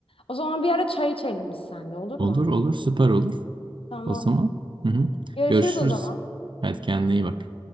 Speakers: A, on the left (about 80°); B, on the right (about 60°).
A: O zaman bir ara çay içelim biz seninle olur
B: Olur
A: mu?
B: olur süper olur.
A: Tamam.
B: O zaman hı hı.
A: Görüşürüz
B: Görüşürüz.
A: o zaman.
B: Hadi kendine iyi bak.